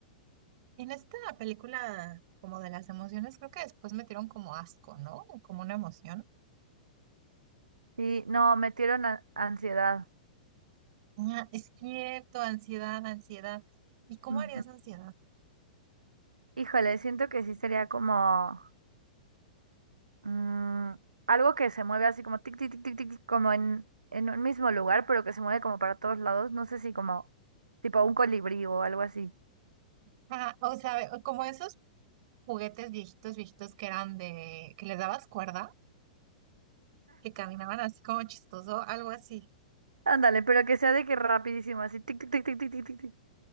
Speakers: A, on the right; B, on the right.
A: En esta película, como de las emociones, creo que después metieron como asco, ¿no? Como una emoción.
B: Sí, no, metieron a- ansiedad.
A: Ah, es cierto, ansiedad, ansiedad. ¿Y cómo
B: Ujú.
A: harías ansiedad?
B: Híjole, siento que sí sería como mm, algo que se mueve así como tic, tic, tic, tic, tic, tic, como en, en un mismo lugar, pero que se mueve como para todos lados. No sé si como tipo un colibrí o algo así.
A: Ajá, o sea, como esos juguetes viejitos, viejitos que eran de, que les dabas cuerda, que caminaban así como chistoso, algo así.
B: Ándale, pero que sea de que rapidísimo, así tic, tic, tic, tic, tic, tic, tic. tic. <laughs>